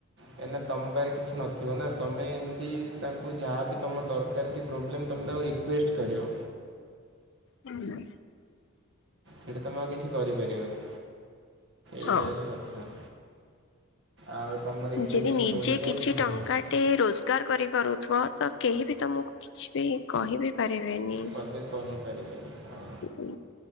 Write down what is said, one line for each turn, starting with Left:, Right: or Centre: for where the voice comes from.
Right: କାଇଁ ନା ତମ ପାଖରେ କିଛି ନଥିବ ନା ତମେ ଏମିତି ତାଙ୍କୁ ଯାହାବି ତମର ଦର କାର କି ପ୍ରୋବ୍ଲେମ୍ ତମେ ତାଙ୍କୁ ରିକ୍ଵଷ୍ଟ୍ କରିବ।
Left: ହୁଁ।
Right: ସେଇଠି ତମେ ଆଉ କିଛି କରିପାରିବନି ଏଇଟା
Left: ହଁ
Right: ହେଉଛି କଥା। ଆଉ ତମ ରିକ୍ୱେଷ୍ଟ
Left: ଯେଦି
Right: ଯଦି
Left: ନିଜେ
Right: ଶୁଣିଲେ
Left: କିଛି
Right: ପ
Left: ଟଙ୍କା ଟେ ରୋଜ୍ ସ୍ଵୀକାର କରିପାରୁଥିବ ତ କେହି ବି ତମକୁ କିଛି ବି କହିବି ପାରିବେନି।
Right: ପଦେ କହିପାରିବେନି ହଁ।
Left: ଉଁ